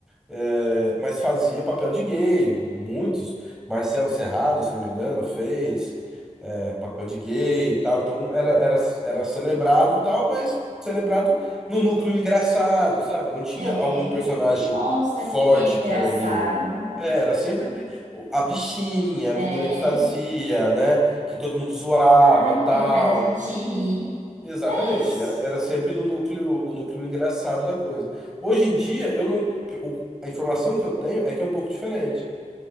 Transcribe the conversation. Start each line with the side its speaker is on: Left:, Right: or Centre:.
Centre: é, mas fazia papel de gay. Muitos. Marcelo Serrado, se não me engano, fez é, papel de gay e tal. Então era, era, era celebrado tal, mas celebrado no núcleo engraçado, sabe? Não tinha
Right: é.
Centre: algum personagem
Right: Nossa,
Centre: forte
Right: que gay engraçado.
Centre: que era gay. É, Era sempre o- a bichinha,
Right: É.
Centre: a menina que fazia, né? Que todo mundo zoava,
Right: Ai,
Centre: tal.
Right: como ele faz a gente rir.
Centre: Exatamente,
Right: É isso.
Centre: era, era sempre no núcleo, o núcleo engraçado da coisa. Hoje em dia, eu não, o- a informação que eu tenho é que é um pouco diferente.